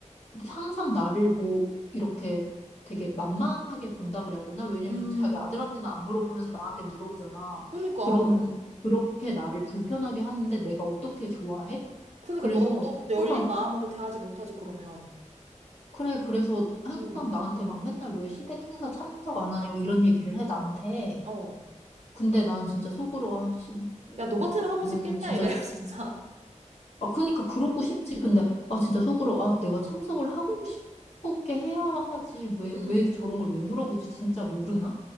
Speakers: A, on the left; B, on the right.
A: 항상 나를 뭐 이렇게 되게 만만하게 본다 그래야 되나? 왜냐면
B: 음.
A: 자기 아들한테는 안 물어보면서 나한테 물어보잖아.
B: 그러니까
A: 그러면
B: 나.
A: 그렇게 나를 불편하게 하는데 내가 어떻게 좋아해?
B: 그러니까
A: 그래서
B: 너도 열린
A: 항상
B: 마음으로 대하지 못하지 그러면.
A: 그래 그래서 항상
B: 음.
A: 나한테 막 맨날 왜 시댁 행사 참석 안 하냐고 이런 얘기를 해 나한테.
B: 어.
A: 근데 나는 진짜 속으로 아씨
B: 야,
A: 뭐,
B: 너 같으면 하고
A: 뭐
B: 싶겠냐?
A: 진짜
B: 이래 <laughs> 진짜.
A: 아, 그니까 그러고 싶지. 근데, 아, 진짜 속으로, 아, 내가 참석을 하고 싶었게 해야 하지. 왜,
B: 음.
A: 왜 저런 걸 왜 물어보지? 진짜 모르나?